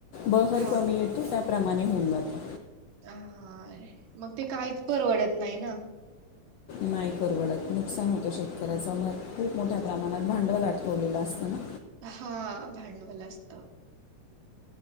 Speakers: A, on the left; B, on the right.
A: बहर
B: हा
A: कमी येतो त्याप्रमाणे होऊन जात.
B: हा मग ते काहीच परवडत नाही ना,
A: नाही परवडत नुकसान होतं शेतकऱ्याच मग खूप मोठ्या प्रमाणात भांडवल अटकवलेलं असतं ना.
B: हा भांडवल असत.